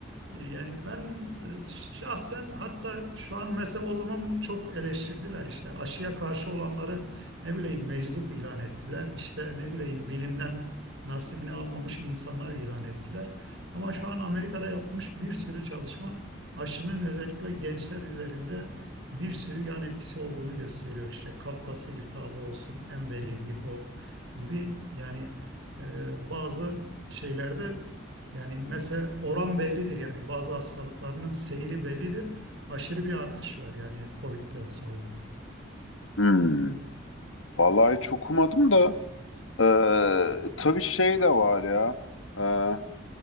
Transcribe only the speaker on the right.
Yani ben e, şahsen hatta şu an mesela o zaman çok eleştirdiler işte aşıya karşı olanları ne bileyim meczup ilan ettiler. İşte ne bileyim bilimden nasibini almamış insanlar ilan ettiler. Ama şu an Amerika'da yapmış bir sürü çalışma aşının özellikle gençler üzerinde bir sürü yan etkisi olduğunu gösteriyor. İşte kalp kası iltihabı olsun, en belirgin o gibi yani e, bazı şeylerde yani mesela oran bellidir yani bazı hastalıklarının seyri bellidir. Aşırı bir artış var yani COVID'den sonra.